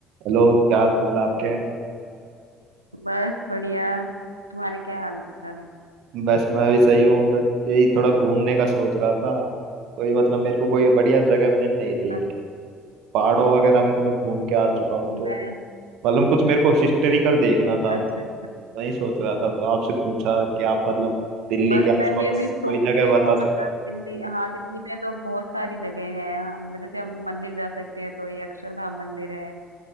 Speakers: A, on the right; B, on the right.
A: Hello क्या हाल चाल आपके
B: बस बढ़िया तुम्हारे क्या हाल चाल है
A: बस मैं भी सही हूँ बस यही थोड़ा घूमने का सोच रहा था कोई मतलब मेरे को कोई बढ़िया जगह मिल नहीं रही
B: अच्छा,
A: पहाड़ों वगैरह में तो मैं घूम के आ चुका हूँ
B: मैं
A: तो मतलब कुछ मेरे को हिस्टोरिकल देखना था
B: अच्छा
A: वही सोच रहा था तो आपसे पूछा कि आप मतलब दिल्ली
B: बस
A: के आसपास
B: मैं भी अभी सोच
A: कोई जगह
B: रही हूँ
A: बता सको
B: मतलब दिल्ली हाँ दिल्ली में तो बहुत सारी जगह हैं हम- जैसे हम मंदिर जा सकते हैं तो ये अक्षरधाम मंदिर है